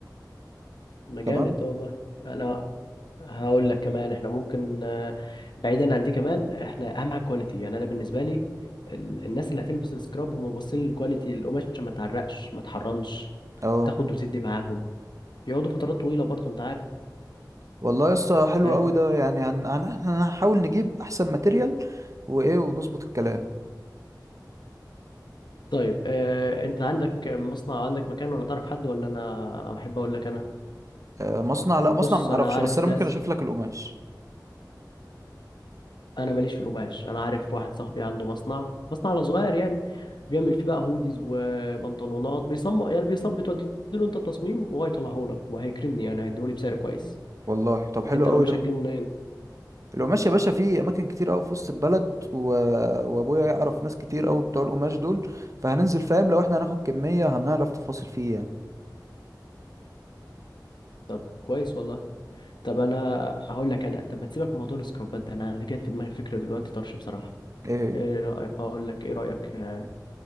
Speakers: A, on the left (about 85°); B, on the right (about 45°).
A: ما جامد
B: تمام
A: ده والله انا هقول لك كمان احنا ممكن آه، بعيدا عن دي كمان احنا اهم حاجه كواليتي يعني انا بالنسبه لي ال- الناس اللي هتلبس السكراب هم باصين للكواليتي القماش عشان ما تعرقش ما تحرنش
B: اه
A: تاخد وتدي معاهم يقعدوا فترات طويله برضه انت
B: والله يا اسطى حلو
A: عارف
B: قوي ده يعني هن... هن... هنحاول نجيب احسن ماتيريال وايه ونظبط الكلام
A: طيب آه، انت عندك مصنع او عندك مكان ولا تعرف حد ولا انا احب اقول لك انا
B: آه، مصنع لا مصنع
A: بص
B: معرفش
A: انا عارف
B: بس انا
A: ناس
B: ممكن اشوف لك القماش
A: انا ماليش في القماش انا عارف واحد صاحبي عنده مصنع مصنع على صغير يعني بيعمل فيه بقى هوديز وبنطلونات بيصمم يعني بيصمم بتودي له انت التصميم وهو يطلعه لك وهيكرمني يعني هيديهولي بسعر كويس
B: والله طب حلو
A: انت
B: قوي
A: القماش
B: ده
A: هتجيبه منين
B: لو ماشي يا باشا في اماكن كتير قوي في وسط البلد و... وابويا يعرف ناس كتير قوي بتوع القماش دول فهننزل فاهم لو احنا هناخد كمية هنعرف تفاصل فيه يعني
A: طب كويس والله طب انا هقول لك انا طب ما تسيبك من موضوع السكرابات ده انا جت في دماغي فكره دلوقتي طرش بصراحه
B: ايه هي
A: ايه رايك اقول لك ايه رايك آه،